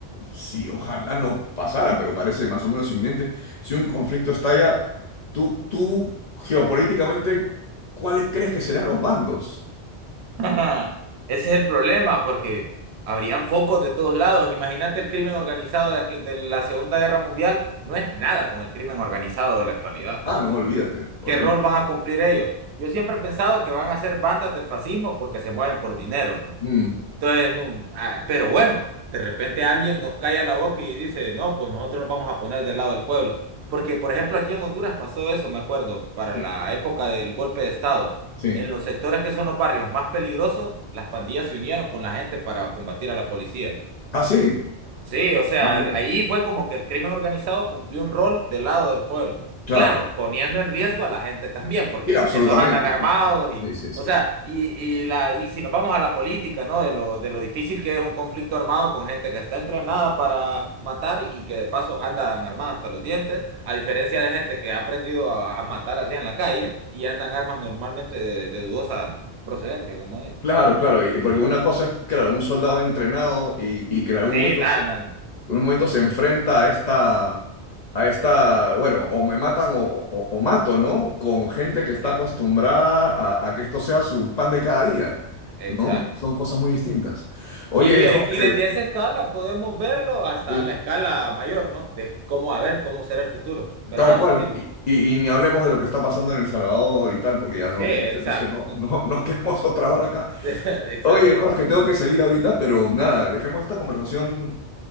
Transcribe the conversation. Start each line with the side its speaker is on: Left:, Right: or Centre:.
Left: si ojalá no pasara, pero parece más o menos inminente, si un conflicto estalla, tú, tú geopolíticamente, ¿cuál crees que serán los bandos?
Right: <laughs> Ajá. Ese es el problema, porque habrían focos de todos lados. Imagínate el crimen organizado de, aquí- de la Segunda Guerra Mundial, no es nada con el crimen organizado de la actualidad.
Left: Ah, no, olvídate, olvídate.
Right: ¿Qué rol van a cumplir ellos? Yo siempre he pensado que van a ser bandas del fascismo porque se mueven por dinero. pues.
Left: Mm,
Right: Entonces, no, ah, pero bueno, de repente alguien nos calla la boca y dice, no, pues nosotros nos vamos a poner del lado del pueblo. Porque, por ejemplo, aquí en Honduras pasó eso, me acuerdo, para
Left: sí,
Right: la época del golpe de Estado.
Left: sí.
Right: En los sectores que son los barrios más peligrosos, las pandillas se unieron con la gente para combatir a la policía.
Left: Ah, sí.
Right: Sí, o sea,
Left: Ah, mira.
Right: ahí fue como que el crimen organizado cumplió un rol del lado del pueblo.
Left: Claro.
Right: Claro, poniendo en riesgo a la gente <laughs> también, porque
Left: Sí, absolutamente.
Right: esos andan armados
Left: Sí, claro.
Right: y,
Left: Sí, sí, sí,
Right: o sea,
Left: sí.
Right: y, y la, y si nos vamos a la política, ¿no? De lo, de lo difícil que es un conflicto armado con gente que está entrenada para matar y que de paso andan armadas hasta los dientes, a diferencia de gente que ha aprendido a, a matar así en la calle y andan armas normalmente de, de dudosa procedencia, como dicen.
Left: Claro, claro. y- porque una cosa es, claro, un soldado entrenado y, y que en algún
Right: Sí,
Left: momento,
Right: nada,
Left: se-
Right: nada,
Left: en un momento se enfrenta a esta, a esta, bueno, o me matan o, o- o mato, ¿no? Con gente que está
Right: exacto,
Left: acostumbrada a, a que esto sea su pan de cada día,
Right: exacto.
Left: ¿no? Son cosas muy distintas. Oye,
Right: Sí, y
Left: Jorge,
Right: desde esa escala podemos verlo hasta
Left: Sí.
Right: la escala mayor, ¿no? De cómo, a ver, cómo será el futuro. Pero
Left: tal
Right: ajá,
Left: cual.
Right: sí, dime.
Left: Y, y- y ni hablemos de lo que está pasando en El Salvador y tal, porque ya
Right: Sí,
Left: no,
Right: exacto.
Left: se- se- no- no- <laughs> nos quedamos otra hora acá.
Right: <laughs> Exacto.
Left: Oye, Jorge, tengo que salir ahorita, pero nada, dejemos esta conversación